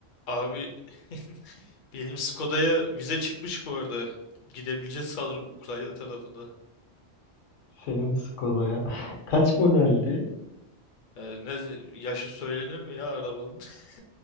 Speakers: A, on the left; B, on the left.
A: Abi <laughs> benim Skoda'ya vize çıkmış bu arada. Gidebileceğiz sanırım Ukrayna tarafında.
B: Senin Skoda'ya <laughs> kaç modeldi?
A: Yani ne yaşı söylenir mi ya arabanın? <laughs>